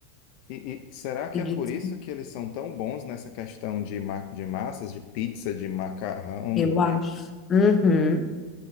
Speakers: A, on the left; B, on the left.
A: E, e será que
B: Eles-
A: é por isso que eles são tão bons nessa questão de, ma de massas, de pizza, de macarrão,
B: Eu
A: de...
B: acho. Uhum.